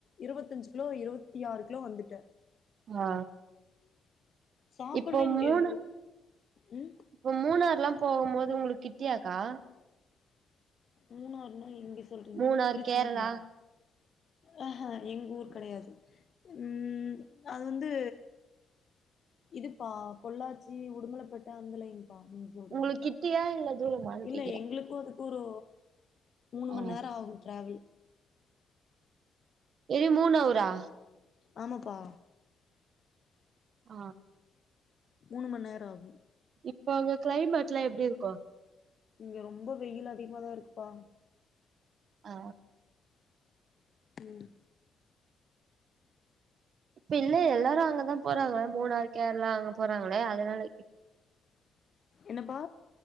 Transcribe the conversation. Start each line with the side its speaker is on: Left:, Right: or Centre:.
Left: இருபத்தஞ்சு கிலோ இருபத்தி ஆறு கிலோ வந்துட்டே
Right: அ
Left: சாப்பிடவே
Right: இப்போ
Left: முடியாது
Right: மூணு
Left: ஓ ம்
Right: இப்ப மூணறுலா போகும் போது உங்களுக்கு கிட்டியாக்கா
Left: மூணாருன்னா எங்க சொல்றீங்கே
Right: மூணார்
Left: திருச்சி
Right: கேரளா
Left: மூணார அ எங்க ஊர் கிடையாது உம் அது வந்து இதுப்பா பொள்ளாச்சி உடுமலைபேட்ட அந்த லைன்பா நீங்க சொல்றது
Right: உங்களுக்கு கிட்டியா இல்ல தூரமான்னு
Left: இல்ல
Right: கேக்குறே
Left: எங்களுக்கும் அதுக்கு ஒரு மூணு
Right: ஆ
Left: மணி நேரம் ஆகும் டிராவல்
Right: ஏது மூன அவரா
Left: ஆமாப்பா
Right: ஆ
Left: மூணு மணி நேரம் ஆகும்
Right: இப்போ அங்க கிளைமேட் எல்லா எப்படி இருக்கு
Left: இங்க ரொம்ப வெயில் அதிகமாதான் இருக்குப்பா
Right: ஆ
Left: ம்
Right: இப்ப இல்ல எல்லாரும் அங்கதான் போறாங்களே மூணார் கேரளா அங்க போறாங்களே அதனால கேட்
Left: என்னப்பா